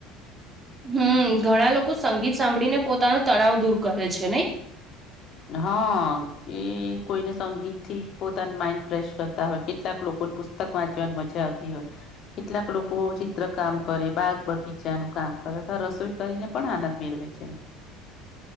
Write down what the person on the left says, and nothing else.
હા એ કોઈને સંગીત થી પોતાના માઈન્ડ ફ્રેશ કરતા હોય કેટલાક લોકોને પત પુસ્તક વાંચવાની મજા આવતી હોય કેટલાક લોકો ચિત્ર કામ કરે બાગ બગીચા નું કામ કરે અથવા રસોઈ કરીને પણ આનંદ મેળવે છે